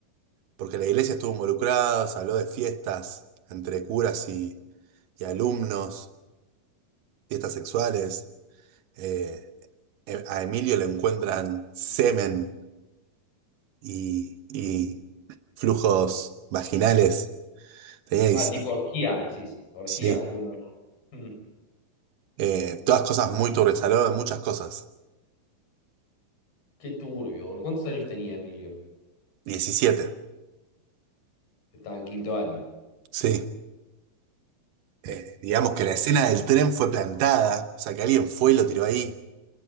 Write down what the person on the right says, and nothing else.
porque la iglesia estuvo involucrada, se habló de fiestas entre curas y, y alumnos, fiestas sexuales. eh, eh, a Emilio le encuentran semen y, y flujos vaginales. Tenía 17.
sí,
eh, todas cosas muy turbias, hablaba de muchas cosas.
Diecisiete.
sí. Eh, digamos que la
escena del tren fue plantada, o sea que alguien fue y lo tiró ahí.